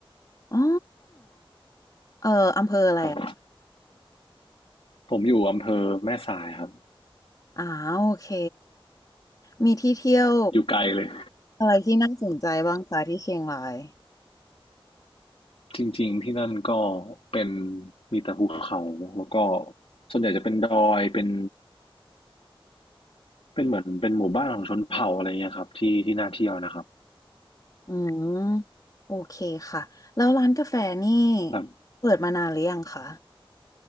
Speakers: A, on the left; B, on the left.
A: อ๋อเอออำเภออะไรอะ
B: ครับผมอยู่อำเภอแม่สายครับ
A: อ๋อโอเค มีที่เที่ยว
B: อยู่ไกลเลย
A: อะไรที่น่าสนใจบ้างคะที่เชียงราย
B: จริงๆที่นั่นก็เป็นมีแต่ภูเขาแล้วก็ส่วนใหญ่จะเป็นดอยเป็นเป็นเหมือนเป็นหมู่บ้านของชนเผ่าอะไรเงี้ยครับที่ที่น่าเที่ยวนะครับ
A: อืม โอเคค่ะ แล้วร้านกาแฟนี่
B: ครับ
A: เปิดมานานหรือยังคะ